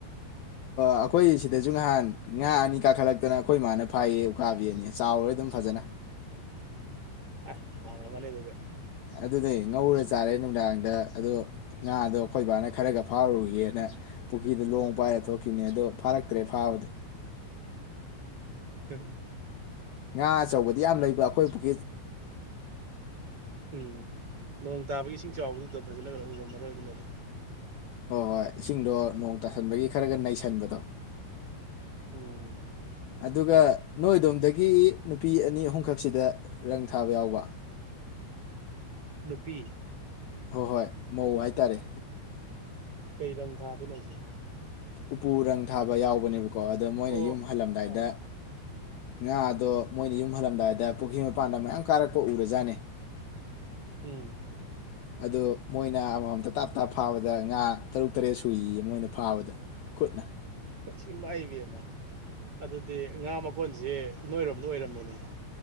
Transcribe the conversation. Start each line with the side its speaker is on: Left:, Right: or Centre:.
Left: ꯑꯩꯈꯣꯏ ꯁꯤꯗꯁꯨ ꯉꯍꯥꯟ ꯉꯥ ꯑꯅꯤ ꯀꯥꯈꯠꯂꯛꯇꯅ ꯑꯩꯈꯣꯏ ꯏꯃꯥꯅ ꯐꯥꯏꯌꯦ ꯎꯀꯥꯕꯤ ꯑꯅꯤ ꯆꯥꯎꯔꯦ ꯑꯗꯨꯝ ꯐꯖꯅ
Right: ꯑꯁ ꯍꯥꯎꯔꯝꯃꯅꯤ ꯑꯗꯨꯗꯤ
Left: ꯑꯗꯨꯅꯦ ꯉꯧꯔ ꯆꯥꯔꯦ ꯅꯨꯡꯗꯥꯡꯗ ꯑꯗꯣ ꯉꯥꯗꯣ ꯑꯩꯈꯣꯏ ꯕꯥꯅ ꯈꯔꯒ ꯐꯥꯔꯨꯒꯦꯅ ꯄꯨꯈ꯭ꯔꯤꯗ ꯂꯣꯡ ꯄꯥꯏꯔ ꯊꯣꯛꯈꯤꯕꯅꯤ ꯑꯗꯣ ꯐꯥꯔꯛꯇ꯭ꯔꯦ ꯐꯥꯕꯗꯤ
Right: ꯎꯝ
Left: ꯉꯥ ꯑꯆꯧꯕꯗꯤ ꯌꯥꯝ ꯂꯩꯕ ꯑꯩꯈꯣꯏ ꯄꯨꯈꯔꯤ
Right: ꯎꯝ ꯅꯣꯡ ꯇꯥꯕꯒꯤ ꯏꯁꯤꯡ ꯆꯥꯎꯕꯗꯨꯗ ꯐꯖꯅ ꯎꯔꯝꯃꯔꯣꯏ ꯑꯗꯨꯅꯅꯤ
Left: ꯍꯣꯏ ꯍꯣꯏ ꯏꯁꯤꯡꯗꯣ ꯅꯣꯡ ꯇꯥꯁꯟꯕꯒꯤ ꯈꯔꯒ ꯅꯩꯁꯟꯕꯗꯣ
Right: ꯎꯝ
Left: ꯑꯗꯨꯒ ꯅꯣꯏ ꯑꯗꯣꯝꯗꯒꯤ ꯅꯨꯄꯤ ꯑꯅꯤ ꯑꯍꯨꯝꯈꯛꯁꯤꯗ ꯔꯪ ꯊꯥꯕ ꯌꯥꯎꯕ
Right: ꯅꯨꯄꯤ
Left: ꯍꯣꯏ ꯍꯣꯏ ꯃꯧ ꯍꯥꯏꯇꯥꯔꯦ
Right: ꯀꯩ ꯔꯪ ꯊꯥꯗꯣꯏꯅꯣ ꯍꯥꯢꯁꯦ
Left: ꯎꯄꯨ ꯔꯪ ꯊꯥꯕ ꯌꯥꯎꯕꯅꯦꯕ ꯀꯣ ꯑꯗꯣ ꯃꯣꯏꯅ
Right: ꯑꯣ
Left: ꯌꯨꯝ ꯍꯜꯂꯝꯗꯥꯏꯗ
Right: ꯑꯥ
Left: ꯉꯥ ꯑꯗꯣ ꯃꯣꯏꯅ ꯌꯨꯝ ꯍꯜꯂꯝꯗꯥꯏꯗ ꯄꯨꯈ꯭ꯔꯤ ꯃꯄꯥꯟꯗ ꯃꯌꯥꯝ ꯀꯥꯔꯛꯄ ꯎꯔꯖꯥꯠꯅꯦ
Right: ꯎꯝ
Left: ꯑꯗꯨꯗ ꯃꯣꯏꯅ ꯑꯃꯃꯝꯇ ꯇꯥꯞ ꯇꯥꯞ ꯐꯥꯕꯗ ꯉꯥ ꯇꯔꯨꯛ ꯇꯔꯦꯠ ꯁꯨꯏꯌꯦ ꯃꯣꯏꯅ ꯐꯥꯕꯗ ꯈꯨꯠꯅ
Right: ꯁꯤ ꯏꯃꯥꯏꯕꯦꯝꯃꯥ ꯑꯗꯨꯗꯤ ꯉꯥ ꯃꯀꯣꯟꯁꯦ ꯅꯣꯏꯔꯣꯝꯗ ꯑꯣꯏꯔꯝꯃꯦꯅꯦ